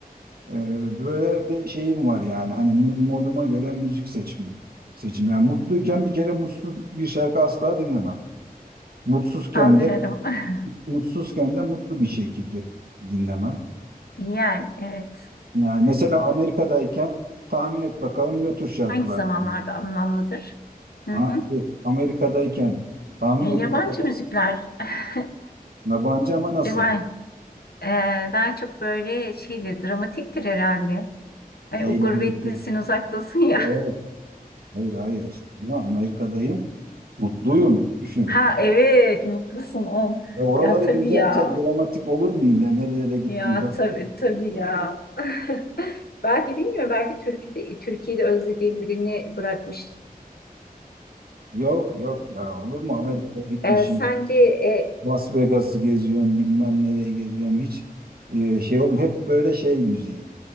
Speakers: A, on the right; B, on the left.
A: Ee, böyle bir şeyim var yani hani mü- moduma göre müzik seçim seçim. Yani mutluyken bir kere mutsuz bir şarkı asla dinlemem. Mutsuzken
B: anlıyorum.
A: de
B: <laughs>
A: mutsuzken de mutlu bir şekilde dinlemem.
B: Yani evet
A: Yani mesela Amerika'dayken tahmin et bakalım ne tür şarkılar
B: hangi zamanlarda
A: dinliyor.
B: anlamlıdır? Hı
A: Ha,
B: hı.
A: şey, Amerika'dayken tahmin
B: Ee, yabancı
A: et bakalım
B: müzikler <laughs>
A: yabancı ama nasıl?
B: yabancı, ee, daha çok böyle şeydir dramatiktir herhalde. Ay,
A: Eğlenceli.
B: o gurbettesin, uzaktasın ya.
A: Yok,
B: <laughs>
A: Hayır hayır. işte. Ya Amerika'dayım. Mutluyum. Düşün.
B: Ha evet, mutlusun on.
A: Ve oraları
B: Ya tabii
A: gezerken
B: ya.
A: dramatik olur muyum ya? Nerelere gittim
B: Ya
A: daha?
B: tabii tabii ya. <laughs> Belki bilmiyorum, belki Türkiye'de, Türkiye'de özlediğim birini bırakmış.
A: Yok yok ya olur mu Amerika'ya gitmişim.
B: Ee, sence e,
A: Las Vegas'ı geziyorum, bilmem nereye geziyorum. Hiç e, şey oğlum hep böyle şey müziği.